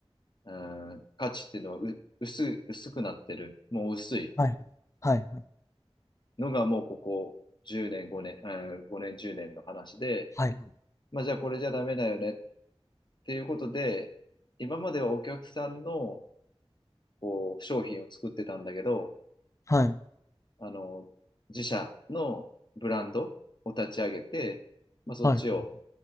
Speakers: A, on the left; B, on the left.
A: うん、価値っていうのはう、薄い、薄くなってる。もう薄い
B: はい。はいはい。
A: のがもうここ10年、5年、うん、5年、10年の話で、
B: はい。
A: まあじゃあこれじゃダメだよねっていうことで、今まではお客さんのこう商品を作ってたんだけど、
B: はい。
A: あの、自社のブランドを立ち上げて、まあ、そっちを、
B: はいはい。